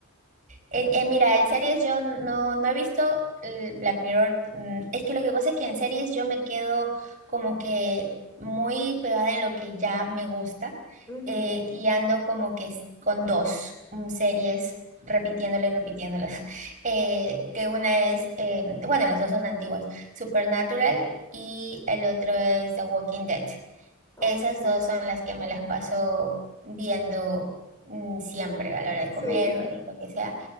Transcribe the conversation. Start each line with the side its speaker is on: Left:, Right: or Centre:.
Right: En, en- mira, en series yo no, no he visto eh, Black Mirror. mm, Es que lo que pasa es que en series yo me quedo como que muy pegada en lo que ya me gusta
Left: Ujú,
Right: eh, y ando como que s- con dos mm, series repitiéndolas y repitiéndolas. <laughs> Eh, que una es, eh, bueno, las dos son antiguas, Supernatural y el otro es The Walking Dead.
Left: Ok,
Right: Esas dos son las que me las paso viendo mm, siempre a la hora de
Left: sí.
Right: comer y lo que sea.